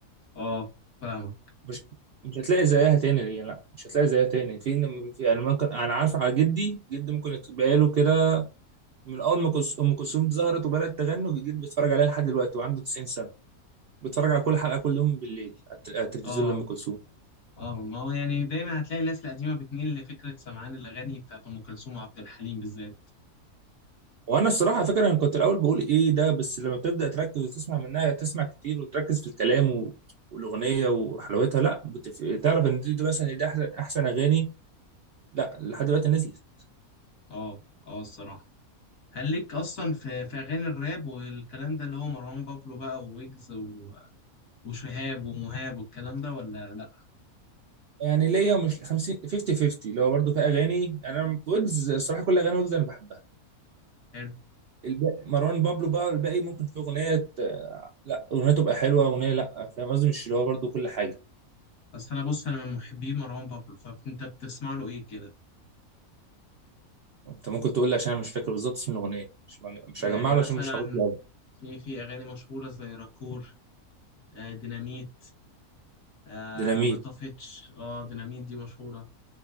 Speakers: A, on the left (about 65°); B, on the right (about 60°).
A: أه فاهمة
B: مش مش هتلاقي زيها تاني هي لا مش هتلاقي زيها تاني في في يعني ممكن انا عارف على جدي جدي ممكن يبقى له كده من اول ما كلث- ام كلثوم ظهرت وبدات تغني وجدي بيتفرج عليها لحد دلوقتي وعنده 90 سنه بيتفرج على كل حلقه كل يوم بالليل على الت- على التلفزيون
A: أه
B: لام كلثوم
A: اه ما هو يعني دايما هتلاقي الناس القديمه بتميل لفكره سمعان الاغاني بتاعت ام كلثوم وعبد الحليم بالذات
B: وانا الصراحه على فكره انا كنت الاول بقول ايه ده بس لما بتبدا تركز وتسمع منها تسمع كتير وتركز في الكلام و... والاغنيه وحلاوتها لا بتف... تعرف ان دي, دي مثلا دي احسن احسن اغاني لا لحد دلوقتي نزلت
A: اه اه الصراحة هل ليك أصلا في في أغاني الراب والكلام ده اللي هو مروان بابلو بقى وويجز و- وشهاب ومهاب والكلام ده ولا لأ؟
B: يعني ليا ومش 50 50 50 اللي هو برضه في اغاني انا ويجز الصراحه كل اغاني ويجز انا بحبها
A: حلو
B: الباقي مروان بابلو بقى الباقي ممكن في اغنيه ت- لا اغنيه تبقى حلوه اغنيه لا فاهم قصدي مش اللي هو برضه كل حاجه
A: بس أنا بص أنا من محبي مروان بابلو فأنت بتسمع له إيه كده؟
B: انت ممكن تقول لي عشان انا مش فاكر بالظبط اسم الاغنيه مش مش
A: يعني
B: هجمع له
A: مثلا
B: عشان مش حافظ له أوي.
A: في في أغاني مشهورة زي راكور آه ديناميت آه
B: ديناميت
A: ما طفتش اه ديناميت دي مشهورة